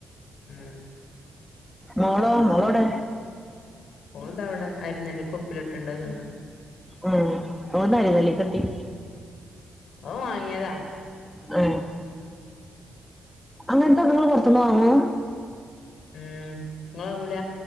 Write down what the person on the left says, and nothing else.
ഉം
ഓൾ താ ഇവിടെ അരിനെല്ലിക്ക ഉപ്പിലിട്ടത് തിന്ന്
ഓ വങ്ങിയതാ
ഉം നിങ്ങ ങ്ങൂല